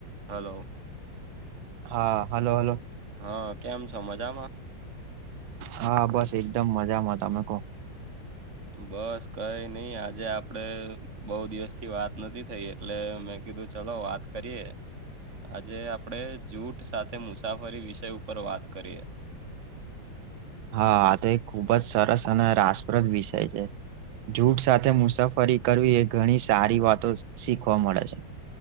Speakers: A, on the right; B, on the right.
A: હાલો.
B: હા હાલો હાલો.
A: હા કેમ છો મજામાં?
B: હા બસ એકદમ મજામાં, તમે કહો?
A: બસ કઈ નઈ આજે આપડે બહુ દિવસ થી વાત નથી થઈ એટલે મેં કીધું ચલો વાત કરીએ. આજે આપડે જૂઠ સાથે મુસાફરી વિષય ઉપર વાત કરીએ.
B: હા આ તો એક ખુબ જ સરસ અને રાસપ્રદ વિષય છે. જૂઠ સાથે મુસાફરી કરવી એ ઘણી સારી વાતો શીખવા મળે છે.